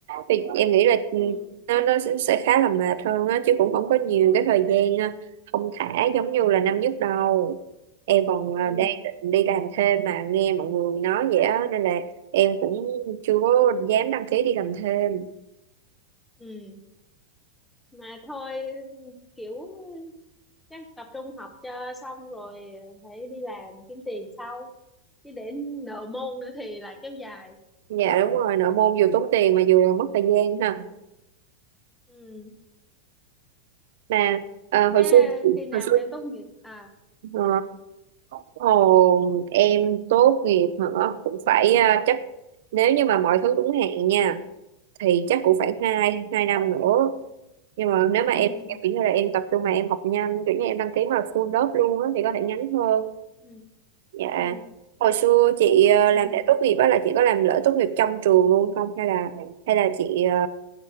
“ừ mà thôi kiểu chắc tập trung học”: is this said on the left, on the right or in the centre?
Centre